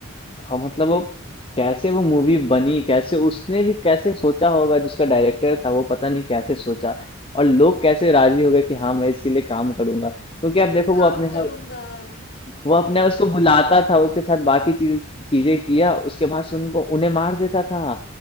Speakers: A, on the left; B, on the left.
A: और मतलब वो कैसे वो मूवी बनी कैसे उसने भी कैसे सोचा होगा जिसका डायरेक्टर था वो पता नहीं कैसे सोचा और लोग कैसे राजी हो गए कि हाँ मैं इसके लिए काम करूंगा क्योंकि आप देखो
B: काम
A: वो अपने
B: करूँगा,
A: वो अपने
B: वही।
A: उसको बुलाता था उसके साथ बाकी चीज चीजें किया उसके बाद सुन को उन्हें मार देता था